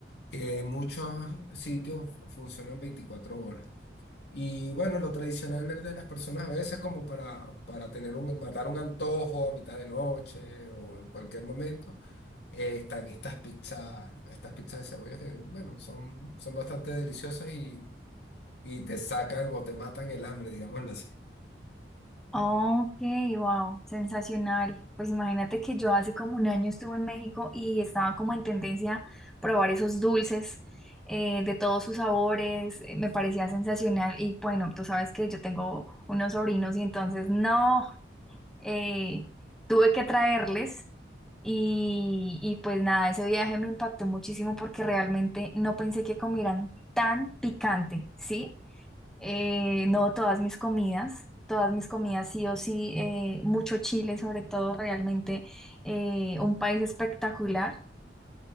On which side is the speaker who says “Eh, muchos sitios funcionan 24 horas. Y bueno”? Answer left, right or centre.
Left